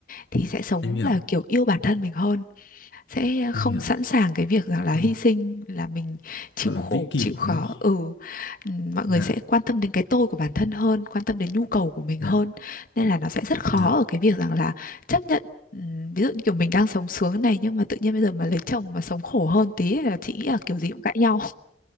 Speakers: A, on the left; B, on the left.
A: thì sẽ sống
B: em hiểu
A: là kiểu yêu bản thân mình hơn sẽ ờ,
B: em
A: không
B: hiểu
A: sẵn sàng cái việc rằng là
B: không
A: hy sinh là mình chịu
B: gọi
A: khổ
B: là vĩ kỷ
A: chịu khó
B: đúng không
A: ừ Ừm, mọi
B: dạ
A: người sẽ quan tâm đến cái tôi của bản thân hơn quan tâm đến nhu cầu của mình
B: dạ
A: hơn nên là nó sẽ rất khó
B: dạ
A: ở cái việc rằng là chấp nhận ừm, ví dụ như kiểu mình đang sống sướng này nhưng mà tự nhiên bây giờ mà lấy chồng mà sống khổ hơn tí là chị nghĩ là kiểu gì cũng cãi nhau